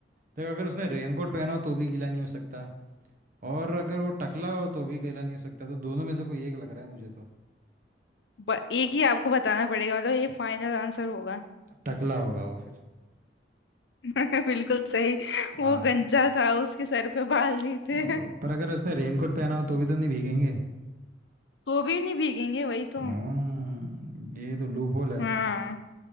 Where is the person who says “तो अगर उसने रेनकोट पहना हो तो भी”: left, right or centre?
Right